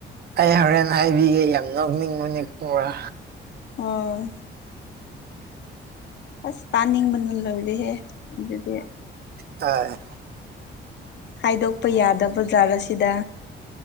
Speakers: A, on the right (about 55°); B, on the left (about 60°).
A: ꯑꯩ ꯍꯣꯔꯦꯟ ꯍꯥꯏꯕꯤꯒꯦ ꯌꯥꯝ ꯅꯣꯛꯅꯤꯡꯕꯅꯤ ꯈꯪꯕꯔꯥ
B: ꯑꯥꯎ ꯑꯁ ꯇꯥꯅꯤꯡꯕꯅ ꯂ‌ꯣꯏꯔ‌ꯦꯍꯦ ꯑꯗꯨꯗꯤ
A: ꯑ
B: ꯍꯥꯏꯗꯣꯛꯄ ꯌꯥꯗꯕ ꯕꯖꯥꯠꯂ ꯁꯤꯗ